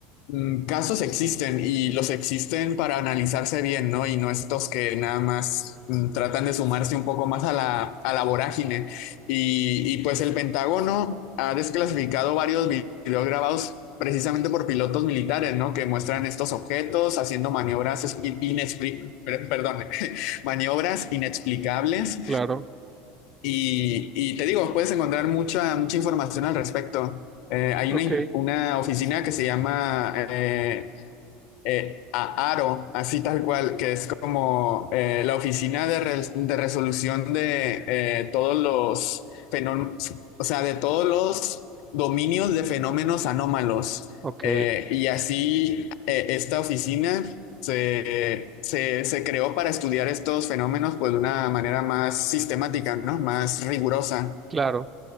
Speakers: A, on the left (about 65°); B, on the right (about 25°).
A: mm, casos existen y los existen para analizarse bien, ¿no? Y no estos que nada más mm, tratan de sumarse un poco más a la, a la vorágine. Y, y pues el Pentágono ha desclasificado varios vi- videos grabados precisamente por pilotos militares, ¿no? Que muestran estos objetos haciendo maniobras, es- inexpli- per- perdón, <laughs> maniobras inexplicables
B: claro,
A: y, y te digo, puedes encontrar mucha, mucha información al respecto. Eh, hay
B: ok,
A: una, in- una oficina que se llama eh, eh, a Aro, así tal cual, que es como eh, la oficina de, res- de resolución de eh, todos los fenómenos, o sea, de todos los dominios de fenómenos anómalos.
B: ok,
A: Eh, y así eh, esta oficina se, se, se creó para estudiar estos fenómenos pues de una manera más sistemática, ¿no? Más rigurosa.
B: claro.